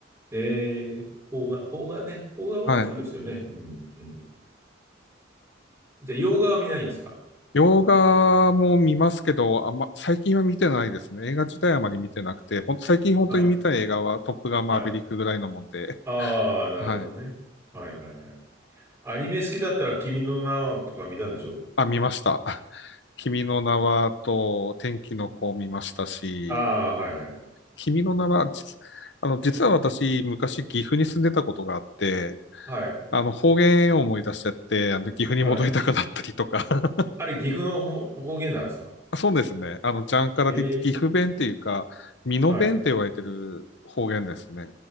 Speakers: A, on the right; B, on the left.
A: えー、邦画、邦画ね。邦画面白いですよね。
B: はい。
A: うん、うん。じゃあ、洋画は見ないんですか
B: 洋画も見ますけど、あんま、最近は見てないですね。映画自体あまり見てなくて、ほんと、最近本当に見た映画はトップガンマーヴェリックぐらいのもんで、
A: はい、はい。ああ、なるほどね。
B: はい。
A: はい、はい、はい。アニメ好きだったら、君の名はとか見たんでしょ <laughs>
B: あ、見ました。<laughs> 君の名はと天気の子を見ましたし、
A: うんああ、はい、はい。
B: 君の名は、実あの、実は私、昔岐阜に住んでたことがあって、
A: はい、
B: あの、方言を思い出しちゃって、あの、岐阜に戻りたくなったりとか。
A: はい。
B: <laughs>
A: あれ、岐阜の方方言なんですか
B: そうですね。あの、ジャンカラで岐阜弁っていうか、
A: ええ
B: 美濃弁って言われてる方言ですね。
A: はい。